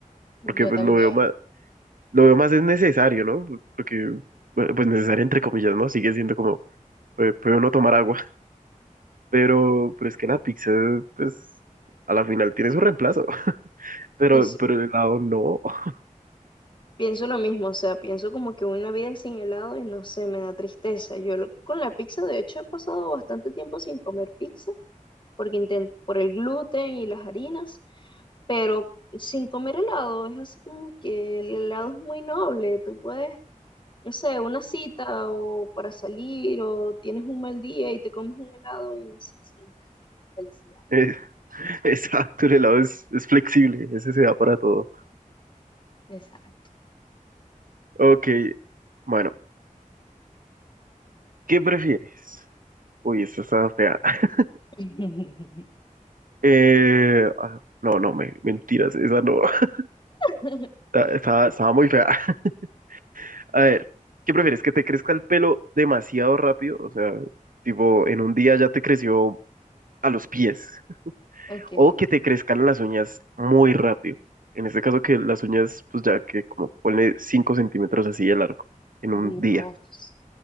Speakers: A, on the left; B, on the right.
A: Yo
B: Porque pues
A: también.
B: lo veo más, lo veo más es necesario, ¿no? Porque, bueno, pues necesario entre comillas, ¿no? Sigue siendo como, pues, puede uno tomar agua. Pero, pero es que la pizza, pues, a la final tiene su reemplazo. <laughs> Pero,
A: Sí. sí.
B: pero el helado no. <laughs>
A: Pienso lo mismo, o sea, pienso como que una vida sin helado y no sé, me da tristeza. Yo lo- con la pizza, de hecho, he pasado bastante tiempo sin comer pizza porque inten- por el gluten y las harinas, pero sin comer helado es así como que el helado es muy noble. Tú puedes, no sé, una cita o para salir o tienes un mal día y te comes un helado y no sé, sientes así como felicidad.
B: Eh, Exacto, el helado es, es flexible, ese se da para todo.
A: Exacto.
B: Ok, bueno, ¿qué prefieres? Uy, esta está fea. <laughs>
A: <laughs>
B: Eh, ah, no, no, me- mentiras, esa no. <laughs>
A: <laughs>
B: Está- Estaba, estaba muy fea. <laughs> A ver, ¿qué prefieres? ¿Que te crezca el pelo demasiado rápido? O sea, tipo, en un día ya te creció a los pies.
A: Ok,
B: O que te crezcan las uñas muy rápido. En este caso que las uñas, pues ya que como ponle 5 centímetros así de largo en
A: Dios,
B: un día.